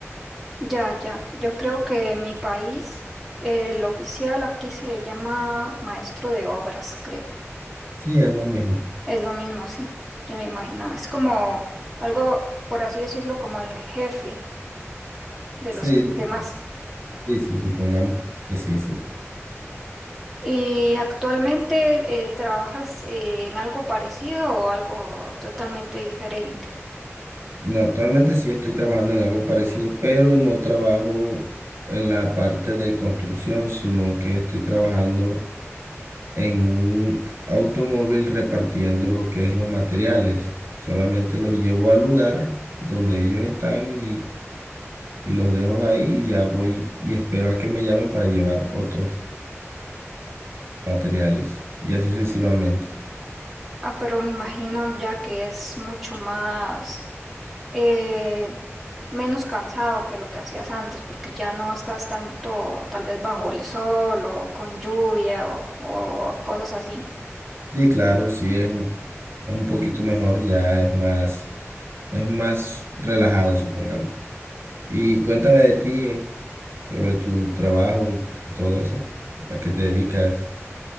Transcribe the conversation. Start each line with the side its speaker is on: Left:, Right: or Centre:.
Centre: Ya, ya. Yo creo que en mi país eh, el oficial aquí se le llama maestro de obras, creo.
Right: Sí, es lo mismo.
Centre: Es lo mismo, sí. Yo me imaginaba. Es como algo, por así decirlo, como el jefe de
Right: Sí,
Centre: los
Right: sup-
Centre: demás.
Right: sí, sí, supongamos que sí. sí.
Centre: ¿Y actualmente eh, trabajas eh, en algo parecido o algo totalmente diferente?
Right: No, actualmente sí estoy trabajando en algo parecido, pero no trabajo en la parte de construcción, sino que estoy trabajando en un automóvil repartiendo lo que es los materiales. Solamente los llevo al lugar donde ellos están y, y los dejo ahí y ya voy y espero a que me llamen para llevar otros materiales y así sucesivamente.
Centre: Ah, pero me imagino ya que es mucho más eh, menos cansado que lo que hacías antes, porque ya no estás tanto tal vez bajo el sol o con lluvia o, o cosas así.
Right: Sí, claro, sí es un, es un poquito mejor, ya es más, es más relajado, supongamos. Y cuéntame de ti, eh, sobre tu trabajo y todo eso, a qué te dedicas.